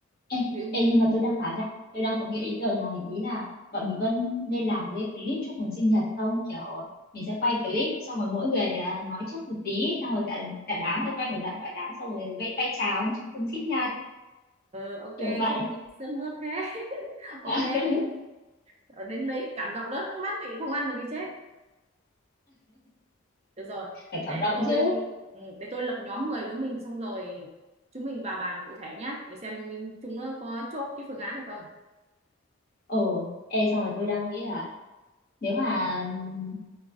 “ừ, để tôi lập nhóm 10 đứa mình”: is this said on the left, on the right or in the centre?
Right